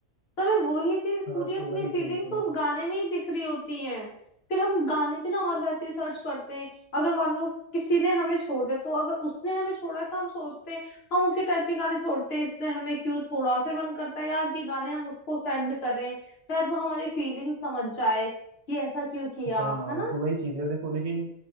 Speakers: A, on the left (about 60°); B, on the right (about 80°).
A: तो हमें वही चीज
B: हाँ
A: पूरी अपनी
B: तो वही
A: फीलिंग्स
B: चीज़ है
A: उस गाने में ही दिख रही होती हैं फिर हम गाने भी ना और वैसे ही सर्च करते हैं अगर मान लो किसी ने हमें छोड़ दिया तो अगर उसने हमें छोड़ा है, तो हम सोचते हैं हम उसी टाइप के गाने छोड़ते हैं इसने हमें क्यों छोड़ा फिर मन करता है यार ये गाने हम उसको सेंड करें शायद वो हमारी फीलिंग समझ जाए कि ऐसा क्यों किया
B: हाँ
A: है ना
B: तो वही चीज है देखो लेकिन